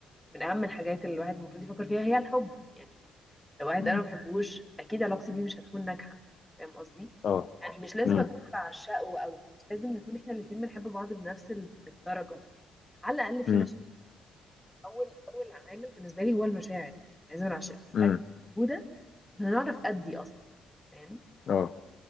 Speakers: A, in the centre; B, on the left (about 50°).
A: من اهم الحاجات اللي الواحد المفروض يفكر فيها هي الحب يعني لو واحد
B: مم.
A: انا ما بحبوش اكيد علاقتي بيه مش هتكون ناجحة فاهم قصدي
B: اه
A: يعني مش لازم
B: مم.
A: اكون بعشقه او مش لازم نكون احنا الاتنين بنحب بعض بنفس الدرجة على الاقل في
B: مم.
A: مشاعر اول اول عامل بالنسبة لي هو المشاعر يعني لازم العش- المشاعر
B: مم.
A: تكون موجودة عشان نعرف ادي اصلا فاهم
B: اه